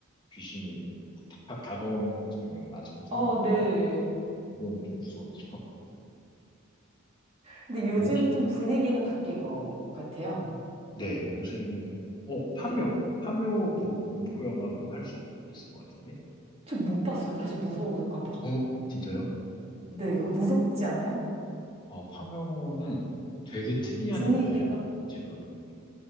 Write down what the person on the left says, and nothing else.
귀신이 탁탁 다가오는 장면 아직도 생각나는데
이거는 좀 무서웠죠. <laughs>
요,
네, 요새는 어 파묘
파묘도 공포 영화로 할 수 있을 것 같은데.
어 진짜요?
아 파묘는 되게 특이한
영화예요. 제가 보기에.